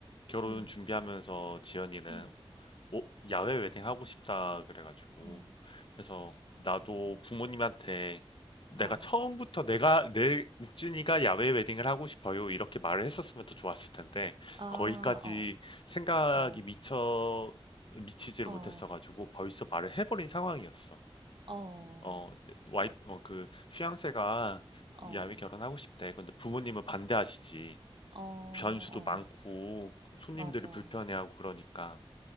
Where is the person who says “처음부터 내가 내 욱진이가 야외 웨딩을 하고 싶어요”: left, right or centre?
Left